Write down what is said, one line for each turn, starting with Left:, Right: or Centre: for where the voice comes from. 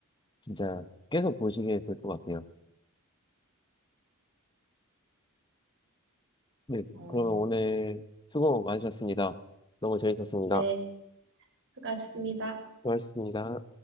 Left: 진짜 계속 보시게 될 것 같아요. 네,
Right: 어, 어,
Left: 그러면 오늘 수고 많으셨습니다. 너무 재밌었습니다.
Right: 네, 수고하셨습니다.
Left: 고맙습니다.